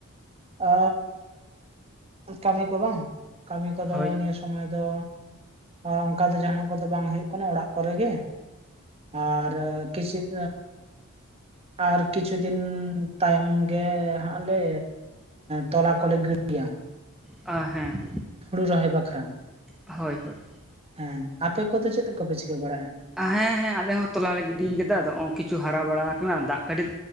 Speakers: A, on the right; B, in the centre.
A: ᱚᱻ ᱠᱟᱹᱢᱤ ᱠᱚ ᱵᱟᱝ ᱠᱟᱹᱢᱤ ᱠᱚᱫᱚ
B: ᱦᱳᱭ
A: ᱱᱤᱭᱟᱹ ᱥ ᱼᱼ ᱥᱚᱢᱚᱭ ᱫᱚ ᱚᱱᱠᱟ ᱫᱚ ᱡᱟᱦᱱᱟᱜ ᱠᱚᱫᱚ ᱵᱟᱝ ᱦᱩᱭᱩᱜ ᱠᱟᱱᱟ ᱚᱲᱟᱜ ᱠᱚᱨᱮᱜ ᱜᱮ ᱟᱨ ᱠᱤᱪᱤᱫ ᱟᱨ ᱠᱤᱪᱷᱩ ᱫᱤᱱ ᱛᱟᱭᱚᱢ ᱜᱮ ᱦᱟᱸᱜ ᱞᱮ ᱛᱚᱞᱟ ᱠᱚᱞᱮ ᱜᱤᱰᱤᱭᱟ
B: ᱟ ᱦᱮᱸ
A: ᱦᱩᱲᱩ ᱨᱚᱦ ᱵᱟᱠᱷᱨᱟ
B: ᱦᱳᱭ ᱦᱳᱭ
A: ᱦᱮᱸ ᱟᱯᱮ ᱠᱚᱫᱚ ᱪᱮᱫ ᱠᱚᱯᱮ ᱪᱤᱠᱟᱹ ᱵᱟᱲᱟᱭᱼᱟ
B: ᱦᱮᱸ ᱦᱮᱸ ᱟᱞᱮ ᱦᱚᱸ ᱛᱚᱞᱟ ᱞᱮ ᱜᱤᱰᱤ ᱠᱟᱫᱟ ᱟ ᱱᱚᱜ ᱠᱤᱪᱷᱩ ᱦᱟᱨᱟ ᱵᱟᱲᱟ ᱟᱠᱟᱱᱟ ᱫᱟᱜ ᱠᱟᱹᱴᱤᱡ